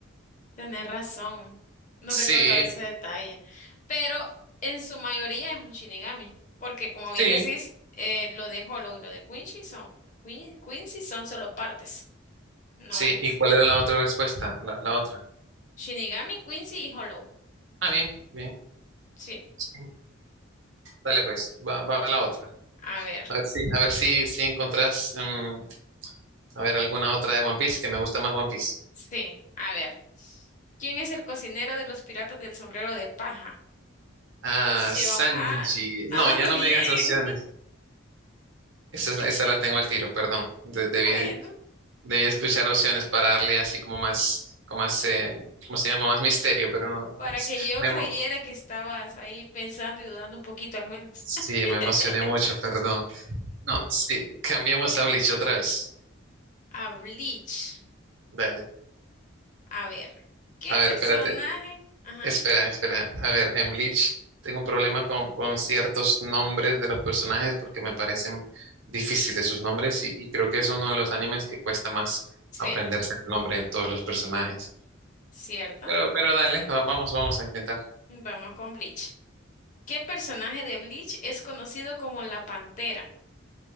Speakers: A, on the left (about 40°); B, on the right (about 65°).
A: Tenés razón, no
B: Sí,
A: recordaba ese detalle, pero en su mayoría es un Shinigami, porque como bien
B: sí,
A: decís, eh, lo de Hollow y lo de Quincy son, Quin- Quincy son solo partes, no
B: sí.
A: es
B: ¿Y cuál era la otra respuesta? La, la otra.
A: Shinigami, Quincy y Hollow.
B: Ah, bien, bien.
A: Sí,
B: sí. Dale pues, va, va a la otra.
A: a ver,
B: A ver si, a ver si, si encontrás, mm, a ver, alguna otra de One Piece, que me gusta más One Piece.
A: sí, a ver. ¿Quién es el cocinero de los piratas del sombrero de paja?
B: Ah,
A: Opción
B: Sanji.
A: A.
B: No,
A: Ah,
B: ya
A: <laughs>
B: no
A: bien.
B: me digas opciones. Esa, es la, esa la tengo al tiro, perdón. De- debí,
A: Bueno,
B: debí escuchar opciones para darle así como más, como más, eh, ¿cómo se llama? Más misterio, pero no.
A: para que yo
B: Me
A: creyera
B: emo-
A: que estabas ahí pensando y dudando un poquito al menos.
B: sí,
A: <laughs>
B: me emocioné mucho, perdón. No, sí, cambiemos a Bleach otra vez.
A: A Bleach.
B: Dale.
A: A ver, ¿qué
B: A ver,
A: personaje?
B: espérate.
A: Ajá,
B: Espera, espera. A ver, en Bleach tengo un problema con, con ciertos nombres de los personajes porque me parecen difíciles sus nombres y, y creo que es uno de los animes que cuesta más
A: sí,
B: aprenderse el nombre de todos los personajes.
A: cierto.
B: Pero, pero dale, va- vamos, vamos a intentar.
A: Vamos con Bleach. ¿Qué personaje de Bleach es conocido como la Pantera?